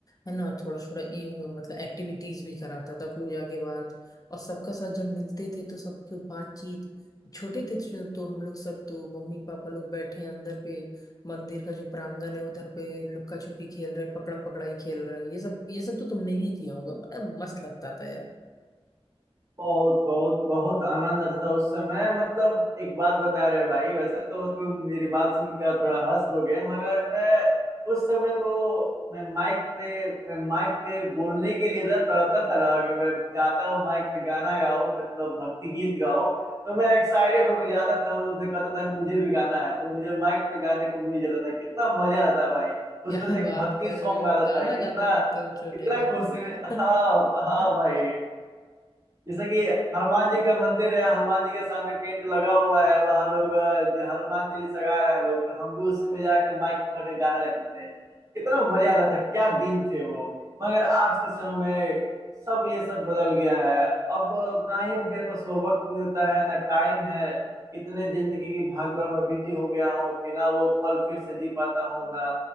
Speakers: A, on the left; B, on the right.
A: है ना थोड़ा थोड़ा ये मतलब एक्टिविटीज भी कराता था पूजा के बाद और सबका साथ जब मिलते थे तो सबके बातचीत छोटे थे तो तो हम लोग सब तो मम्मी पापा लोग बैठे हैं अंदर पे मंदिर का जो प्रांगण है उधर पे लुक्का छुपी खेल रहे हैं पकड़म पकड़ाई खेल रहे हैं ये सब ये सब तो तुमने भी किया होगा बड़ा मस्त लगता था यार
B: बहुत बहुत बहुत आनंद आता था उस समय मतलब एक बात बता रहे भाई वैसे तो तुम मेरी बात सुनकर थोड़ा हंस दोगे मगर मैं उस समय तो मैं माइक पे मैं माइक पे बोलने के लिए इधर तड़पता था ना कि मैं चाहता हूँ माइक पे गाना गाओ मतलब भक्ति गीत गाओ तो मैं एक्साइटेड होकर जाता था उन लोग से कहता था मुझे भी गाना है तो मुझे माइक पे गाने को मिल जाता था कितना मजा आता था भाई उसमें
A: क्या
B: से एक
A: बात
B: भक्ति
A: कर
B: सॉन्ग
A: रहे हो
B: आता
A: गाना
B: था कितना
A: गाते थे तुम छोटे
B: कितना
A: में
B: खुश हाँ हाँ भाई
A: <laughs>
B: जैसे कि हनुमान जी का मंदिर है हनुमान जी के सामने टेंट लगा हुआ है वहां लोग अ, जो हनुमान चालीसा गा रहे हैं लोग तो हम भी उसी में जाके माइक पकड़ के गाने लगते थे कितना मजा आता था क्या दिन थे वो मगर आज के समय में सब ये सब बदल गया है अब ना ही मेरे पास वो वक्त मिलता है ना टाइम है इतने जिंदगी की भागदौड़ में बिजी हो गया हूँ कि ना वो पल फिर से जी पाता हूँ ना